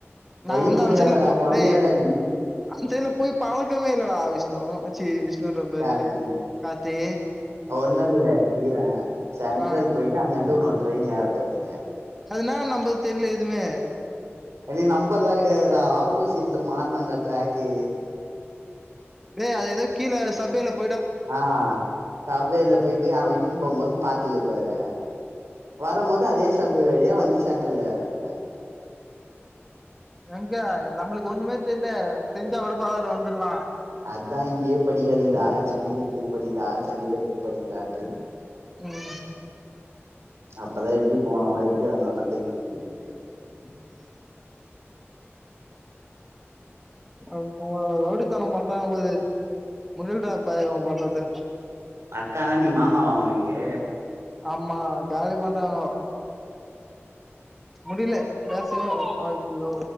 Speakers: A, in the centre; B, on the right (about 75°).
A: நா
B: வழி
A: வந்து
B: தெரியாதடா
A: அன்சைல போ
B: கொழந்தையாடா
A: டேய்
B: நீ
A: அன்சைலப் போய் பழக்கமே இல்லடா விஷ்ணு சி விஷ்ணுன்ற பாரு
B: கார்த்தி
A: காத்தி
B: ஒன்னு இல்ல ஈற சென்ட்ரல்
A: ஆ
B: போயிட்டு அங்கந்து இன்னோ ட்ரெயின் ஏரப்பாறி
A: அதுனா நம்பத் தெர்ல எதுமே
B: இனி நம்பர்லா கெடையாதுடா ஆப்போசிட்ல மார்னுன்டா டிராக்கு
A: டேய் அது ஏதோ கீழ சப்பேலப்
B: ஆ சப்பேல போயிட்டு அவ இட்டுன்னு போம்போது பாத்துக பேறே வரம்போது அதே சப்வே வழியா வந்து சென்ட்ரல்ல ஏறப்போற
A: எங்க நம்மளுக்கு ஒன்னுமே தெர்ல தெரிஞ்சா விடுப்பாதல வந்துர்லா
B: அதா இங்கியே படிக்காதீங்கடா சென்னைல போய் படிங்டா சென்னைல போய் படிங்கான்ற
A: உம்
B: அப்பதா எப்டி போனோ எப்டி வந்தன்லா தெரிஞ்சி <unintelligible>
A: <unintelligible> ரவுடித்தன பண்றாங்க போது முடில்ட்ராப்பாய இவ பண்றது
B: அக்கானா நீ மாமாவா அவுங்ளுக்கு
A: அம்மா காலி பண்றாங்கோ முடில பேசோ அய்யையோ